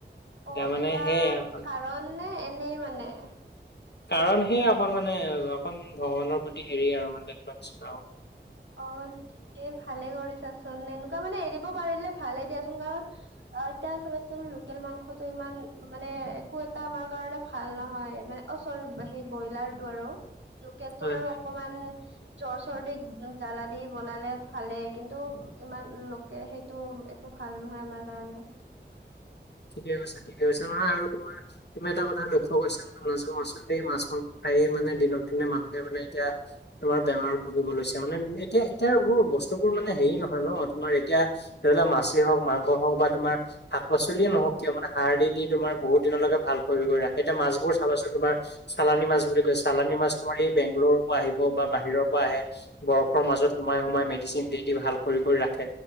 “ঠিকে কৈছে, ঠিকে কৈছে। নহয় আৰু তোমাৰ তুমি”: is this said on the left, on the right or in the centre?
Left